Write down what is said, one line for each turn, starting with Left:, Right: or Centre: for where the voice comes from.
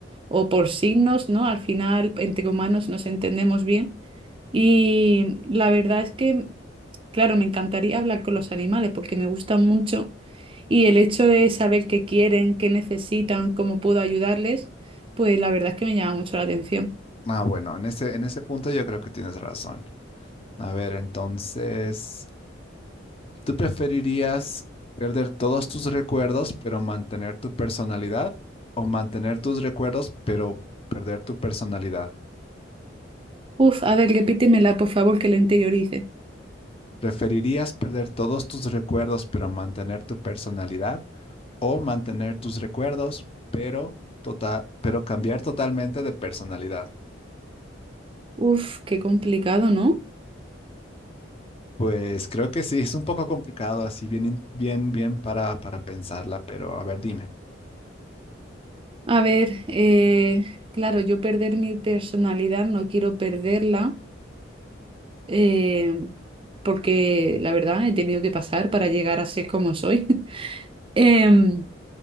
Right: o por signos, ¿no? Al final, entre humanos nos entendemos bien. Y la verdad es que, claro, me encantaría hablar con los animales porque me gustan mucho y el hecho de saber qué quieren, qué necesitan, cómo puedo ayudarles, pues la verdad es que me llama mucho la atención.
Left: Ah, bueno, en ese, en ese punto yo creo que tienes razón. A ver, entonces. ¿Tú preferirías perder todos tus recuerdos pero mantener tu personalidad o mantener tus recuerdos pero perder tu personalidad?
Right: Uf, a ver, repítemela, por favor, que la interiorice.
Left: ¿Preferirías perder todos tus recuerdos pero mantener tu personalidad o mantener tus recuerdos pero tota- pero cambiar totalmente de personalidad?
Right: Uf, qué complicado, ¿no?
Left: Pues creo que sí, es un poco complicado así bien in- bien bien para para pensarla, pero a ver, dime.
Right: A ver, eh, claro, yo perder mi personalidad, no quiero perderla. eh, porque la verdad he tenido que pasar para llegar a ser como soy. <laughs> Em,